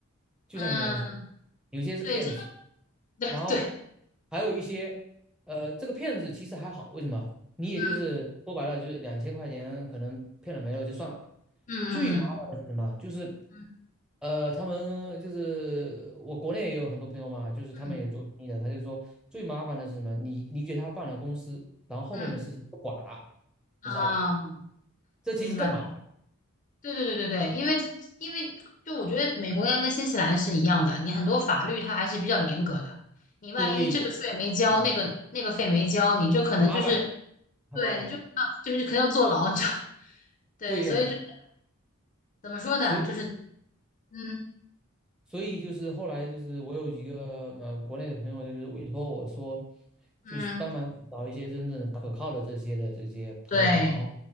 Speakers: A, in the centre; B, on the left (about 35°).
A: 就像你刚才说，
B: 嗯，
A: 有些是骗子，
B: 对，这个，<laughs> 对对，
A: 然后还有一些呃，这个骗子其实还好，为什么？你也就是说白了，
B: 嗯
A: 就是两千块钱可能骗了没了就算了。
B: 嗯嗯
A: 最麻烦的是什么？就是，
B: 嗯
A: 呃，他们就是我国内也有很多朋友嘛，就是他们也做生意的，
B: 嗯
A: 他就说最麻烦的是什么？你你给他办了公司，然后后面的事情不管了，
B: 嗯嗯，啊，
A: 你知道吧？这其实更麻烦。
B: 明白。对对对对对，因为这因为就我觉得美国应该跟新西兰是一样的，你很多法律它还是比较严格的。你万一这个税没交，
A: 对，嗯，
B: 那个那个费没交，你就可能就是
A: 麻烦，很麻烦。
B: 对，你就啊，就是可能要坐牢，就 <laughs> 对，
A: 对呀、
B: 所以就怎么说呢？
A: 所以
B: 就是嗯
A: 所以就是后来就是我有几个呃国内的朋友，就是委托我说，
B: 嗯，
A: 就是帮忙去找一些真正可靠的这些的这些朋友，
B: 对
A: 然后